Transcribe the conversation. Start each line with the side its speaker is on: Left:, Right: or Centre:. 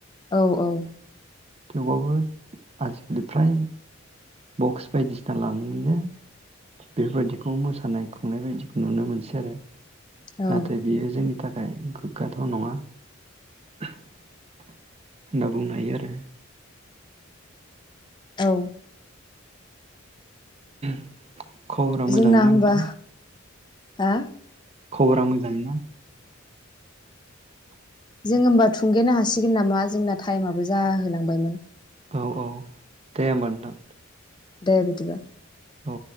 Left: औ औ
Right: थेवबाबो आजिखालि फ्राय बक्स बायदिसिना लानानैनो बेफोरबायदिखौ मोसानाय खुंनाय बायदिखौ नुनो मोनसै आरो
Left: औ
Right: नाथाय बेयो जोंनि थाखाय गोग्गाथाव नङा होनना बुंनो हायो आरो
Left: औ
Right: <inaudible> खबरा मोजाङैनो
Left: जोंना होमबा
Right: ना नोंथां?
Left: हा
Right: खबरा मोजां ना? <inaudible>
Left: जों होमबा थुंगेनो हासिगोन नामा जोंना टाइमाबो जाहोलांबायमोन।
Right: औ औ दे होमबा नोंथां।
Left: दे बेबायदि बा।
Right: औ